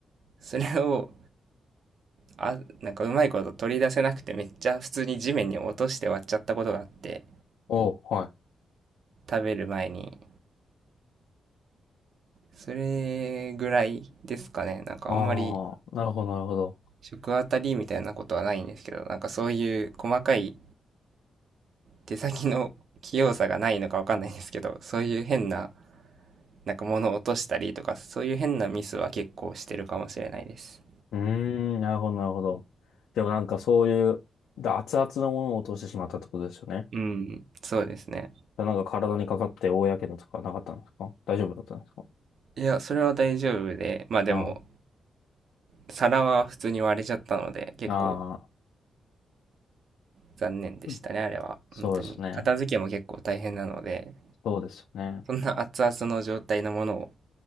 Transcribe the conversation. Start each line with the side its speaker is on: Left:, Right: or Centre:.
Right: それを、あ、なんかうまいこと取り出せなくてめっちゃ普通に地面に落として割っちゃったことがあって、
Left: おう、はい。
Right: 食べる前に。それぐらいですかね。なんかあんまり
Left: ああ、なるほど、なるほど。
Right: 食あたりみたいなことはないんですけど、なんかそういう細かい手先の器用さがないのかわかんないんですけど、そういう変ななんか物を落としたりとか、そういう変なミスは結構してるかもしれないです。
Left: うーん、なるほど、なるほど。でもなんかそういう、だ熱々のものを落としてしまったってことですよね。
Right: うん、そうですね。
Left: だなんか体にかかって大やけどとかなかったんですか大丈夫だったんですか
Right: いや、それは大丈夫で、まあでも、
Left: あ
Right: 皿は普通に割れちゃったので、結構
Left: あ、ああ、
Right: 残念でしたね、
Left: うん
Right: あれは。
Left: そうですね。
Right: 本当に。片付けも結構大変なので、
Left: そうですよね。
Right: そんな熱々の状態のものを